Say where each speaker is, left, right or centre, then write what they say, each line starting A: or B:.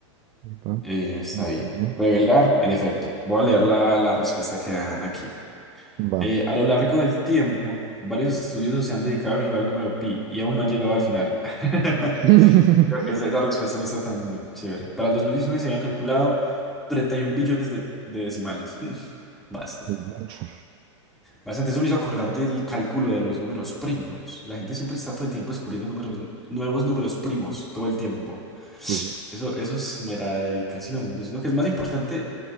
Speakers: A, on the right; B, in the centre.
A: Epa.
B: Eh, está
A: Bien,
B: bien.
A: bien.
B: Revelar, en efecto. Voy a leer la, la respuesta que dan aquí.
A: Va.
B: Eh, a lo largo del tiempo, varios estudiosos se han dedicado a calcular el número pi y aún no han llegado al final. <laughs>
A: <laughs>
B: Esa, esa respuesta no está tan chévere. Para el 2019 se habían calculado 31 billones de, de decimales. <laughs> Bastante.
A: Mucho.
B: Bastante. Eso me hizo acordar del cálculo de los números primos. La gente siempre está todo el tiempo descubriendo números, nuevos números primos, todo el tiempo.
A: Sí, sí.
B: Eso, eso es mera dedicación. Yo siento que es más importante.